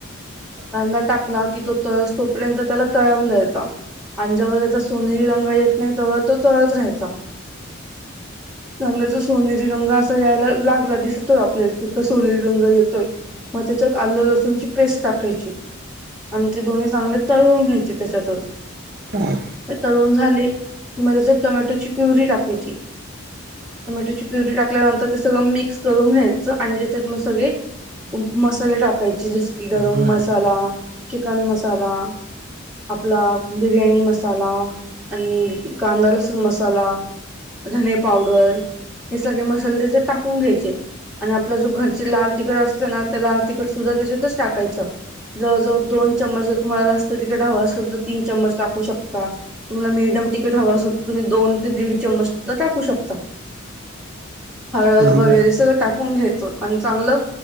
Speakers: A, in the centre; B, on the right.
A: <inaudible> नंदर टाकला की तो त तोपर्यंत त्याला तळावून द्यायचा <inaudible> आणि ज्यावर त्याचा सोनेरी रंग येत नाही <inaudible> तो तच राहायचा त सोनेरी रंग असा यायला लागला दिसतोय आपल्या की सोनेरी रंग येतोय मग त्याच्यात आलं लसूणची पेस्ट टाकायची आणि ते दोन्ही चांगले तळून घ्यायचे त्याच्यातच
B: बरं हं
A: तळून झाले कि मग त्याच्यात टोमॅटोची प्युरी टाकायची टोमॅटोची प्युरी टाकल्यानंतर ते सगळं मिक्स करून घ्यायचं आणि त्याच्यात मग सगळे मसाले टाकायचे जस की गरम
B: बरं हं बरं
A: मसाला चिकन मसाला आपला बिर्याणी मसाला आणि कांदा लसूण मसाला धने पावडर हे सगळे मसाले त्याच्यात टाकून घ्यायचे आणि आपलं जो घरचे लाल तिकखट असतं ना त्या लाल तिकट सुद्धा त्याच्यातच टाकायचं जवव दोन चमच जर तुम्हाला जास्त तिखट असेल तर तीन चममच टाकू शकता तुम हवा असेल तुम्ही दोन ते दीड चमच सुद्धा टाकू शकता हळद
B: हं बरं हं
A: वगैरे सगळं टाकून घ्यायचं आणि चांगलं